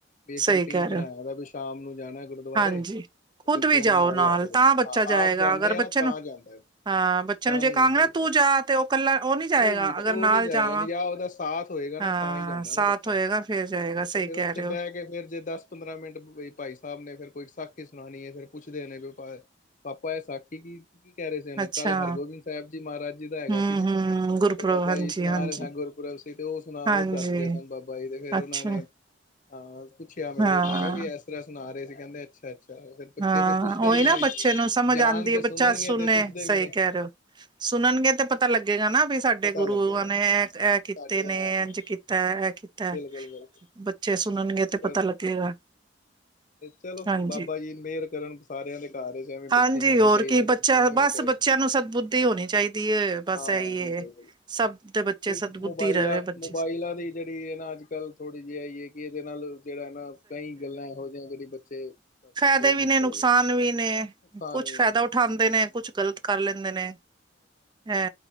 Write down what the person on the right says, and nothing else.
ਸਹੀ
ਕਹਿ ਰਹੇ
ਹੋ
ਹਾਂਜੀ
ਖੁਦ
ਵੀ ਜਾਓ
ਤਾਂ ਬੱਚਾ
ਜਾਏਗਾ
ਅਗਰ
ਬੱਚੇ
ਨੂੰ
ਹਾਂ ਬੱਚੇ
ਨੂੰ ਜੇ
ਕਹਾਂਗੇ
ਤੂੰ ਜਾ ਤੇ ਉਹ ਇਕੱਲਾ ਉਹ ਨਹੀਂ ਜਾਏਗਾ
ਅਗਰ
ਨਾਲ
ਜਾਵਾਂ
ਹਾਂ
ਸਾਥ
ਹੋਏਗਾ ਫੇਰ ਜਾਏਗਾ ਸਹੀ
ਕਹਿ ਰਹੇ ਹੋ
ਅੱਛਾ
ਹਮ
ਹਮ ਗੁਰਪੁਰਬ
ਹਾਂਜੀ
ਹਾਂਜੀ
ਹਾਂਜੀ
ਅੱਛਾ,
ਹਾਂ।
ਹਾਂ,
ਉਹੀ ਨਾ
ਬੱਚੇ ਨੂੰ ਸਮਝ
ਆਂਦੀ
ਏ,
ਬੱਚਾ ਸੁਣੇ
ਸਹੀ
ਕਹਿ ਰਹੇ ਹੋ। ਸੁਣਨਗੇ ਤੇ ਪ ਪਤਾ ਲੱਗੇਗਾ ਨਾ ਵੀ ਸਾਡੇ
ਗੁਰੂ
ਨੇ ਇਹ ਇਹ ਕੀਤੇ
ਨੇ
ਇੰਝ ਕੀਤਾ ਇਹ ਹੈ
ਬੱਚੇ ਸੁਣਨਗੇ ਤੇ
ਪਤਾ ਲੱਗੇਗਾ
ਹਾਂਜੀ।
ਹਾਂਜੀ,
ਹੋਰ
ਕੀ ਬੱਚਾ
ਬਸ
ਬੱਚਿਆਂ ਨੂੰ ਸਦਬੁੱਧੀ ਹੋਣੀ ਚਾਹੀਦੀ ਏ, ਬਸ
ਇਹੀ ਏ।
ਸਭ ਦੇ
ਸਦਬੁੱਧੀ
ਰਵੇ ਬੱਚੇ,
ਫ਼ਾਇਦੇ
ਵੀ
ਨੇ ਨੁਕਸਾਨ
ਵੀ ਨੇ
ਕੁਛ
ਫਾਇਦਾ
ਉਠਾਉਂਦੇ ਨੇ ਕੁਛ ਗ਼ਲਤ ਕਰ ਲੈਂਦੇ ਨੇ ਹੈ